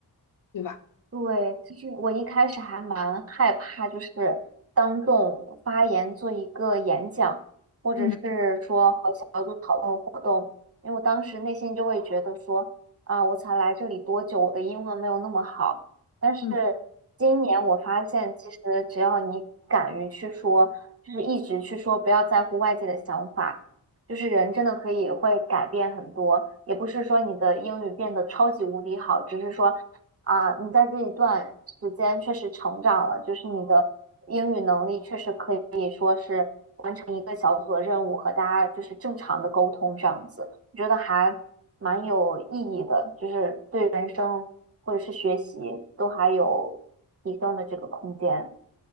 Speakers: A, on the left; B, on the right.
A: 对吧？
B: 对，其实我一开始还蛮害怕，就是当众发言做一个演讲，或者是说和小组讨论活动，
A: 嗯
B: 因为我当时内心就会觉得说，啊，我才来这里多久，我的英文没有那么好。但是今年我发现，
A: 嗯。
B: 其实只要你敢于去说，就是一直去说，不要在乎外界的想法，就是人真的可以会改变很多，也不是说你的英语变得超级无敌好，只是说。啊，你在这一段时间确实成长了，就是你的英语能力确实可以说是完成一个小组的任务和大家就是正常的沟通这样子，我觉得还蛮有意义的，就是对人生或者是学习都还有提升的这个空间。